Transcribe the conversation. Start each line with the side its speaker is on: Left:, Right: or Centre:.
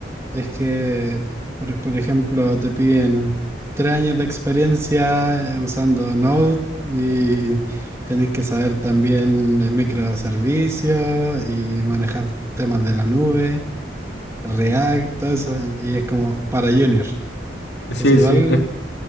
Right: es que, por, por ejemplo, te piden tres años de experiencia eh, usando Node y tenés que saber también de microservicios y manejar temas de la nube, React, todo eso, y es como para junior.
Left: Sí,
Right: Así igual,
Left: sí, es,